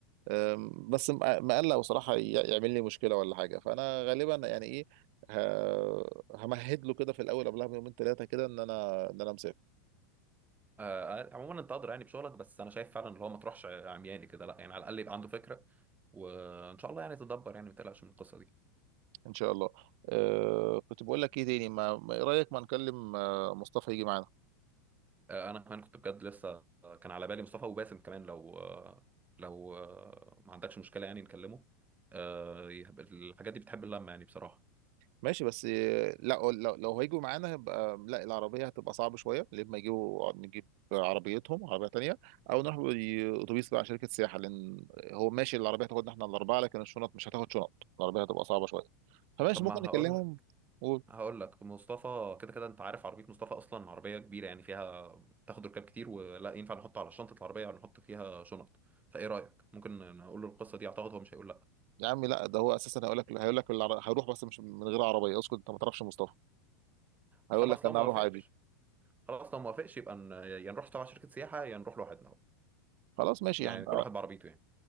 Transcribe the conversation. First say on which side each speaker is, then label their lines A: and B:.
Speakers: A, on the right; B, on the right.
A: آم، بس م- مقلق بصراحه ي- يعمل لي مشكله ولا حاجه فانا غالبا يعني ايه ه- همهد له كده في الاول قبلها بيومين ثلاثه كده ان انا ان انا مسافر
B: آه آه، عموما انت قادر يعني بشغلك بس انا شايف فعلا اللي هو ما تروحش عمياني كده لا يعني على الاقل يبقى عنده فكره وان شاء الله يعني تدبر يعني ما تقلقش من القصه دي
A: ان شاء الله آه، كنت بقول لك ايه تاني ما ما- ايه رايك ما نكلم آه، مصطفى يجي معانا
B: آه، انا كمان كنت بجد لسه آه، كان على بالي مصطفى وباسم كمان لو آه، لو آه، ما عندكش مشكله يعني نكلمه آه، يحب- الحاجات دي بتحب اللمه يعني بصراحه
A: ماشي بس آه، لا لو لو هيجوا معانا هيبقى لا العربية هتبقى صعبة شوية لما يجوا نجيب عربيتهم عربية تانية أو نروح بأتوبيس بقى شركة سياحة لأن هو ماشي العربية هتاخدنا احنا الأربعة لكن الشنط مش هتاخد شنط العربية هتبقى صعبة شوية فماشي
B: طب ما
A: ممكن نكلمهم
B: هقول
A: و...
B: هقول لك مصطفى كده كده انت عارف عربيه مصطفى اصلا عربيه كبيره يعني فيها تاخد ركاب كتير ولا ينفع نحط على شنطه العربيه ولا نحط فيها شنط فايه رايك ممكن نقول له القصه دي اعتقد هو مش هيقول لا
A: يا عم لا ده هو أساسا هيقول لك هيقول لك العر... هيروح بس مش من غير عربية اسكت أنت ما تعرفش مصطفى هيقول
B: خلاص
A: لك أنا
B: لو ما
A: هروح
B: وافقش
A: عادي
B: خلاص لو ما وافقش يبقى ن- يا نروح تبع شركه سياحه يا نروح لوحدنا
A: خلاص ماشي
B: يعني
A: احنا
B: كل واحد بعربيته يعني